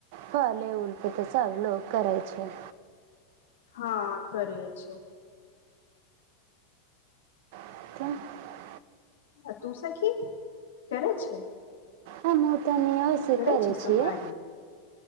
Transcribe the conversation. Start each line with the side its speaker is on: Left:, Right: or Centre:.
Right: भले उलके तऽ सब लोक करै छै
Left: हँ करे छै
Right: त
Left: आ तू सखी करे छै
Right: आ हम तनी ओइस
Left: करै
Right: करे
Left: छै सोमवारी
Right: छियै